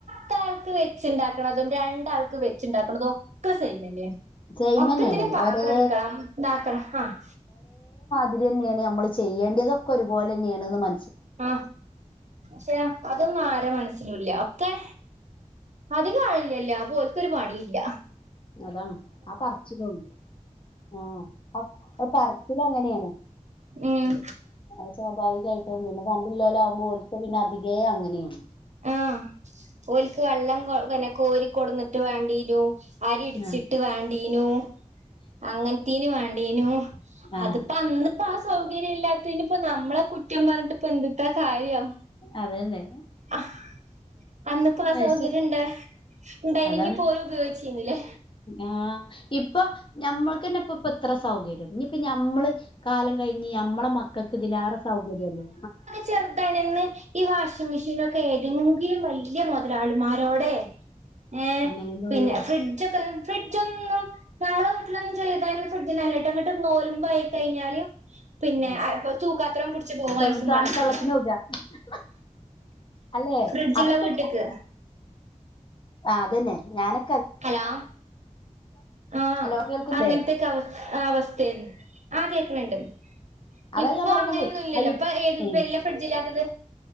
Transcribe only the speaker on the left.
സെയിമെന്നേണ്
ഒരേ
കുരുന്നേണ് അമ്മള് ചെയ്യേണ്ട്യേതൊക്കെ ഒരുപോലെന്നെണ്ന്ന് മ
അതാണ് ആഹ് പറച്ചിലും ആഹ് അഹ് അഹ് പറച്ചിലങ്ങനെണ്
അത് സ്വാഭാവികായിട്ടും പിന്നെ പണ്ടില്ലോലാവുമ്പോ ഓൽക്ക് പിന്നെ അധികേ അങ്ങനെണ്
ആഹ്
ആഹ്
അതന്നെ
അയ്ശെ
അതാണ്
ആഹ് ഇപ്പൊ നമ്മൾക്ക് തന്നെ ഇപ്പ ഇപ്പ എത്ര സൗകര്യം ഇപ്പ നമ്മൾ കാല- കഴിഞ്ഞ് നമ്മളെ മക്കൾക്ക് ഇതിലേറെ സൗകര്യമില്ലേ
അങ്ങനെന്നെ
ഉള്ളൂ
ഉം
തണുത്തള്ളത്തിന്
<unintelligible> അല്ലെ
അതൊക്കെ
ആഹ് അതന്നെ ഞാനൊ
ഹലോ കേൾക്കുന്നില്ലേ
അതാ
ഞാൻ പറയണത്
അയ്
ഏഹ്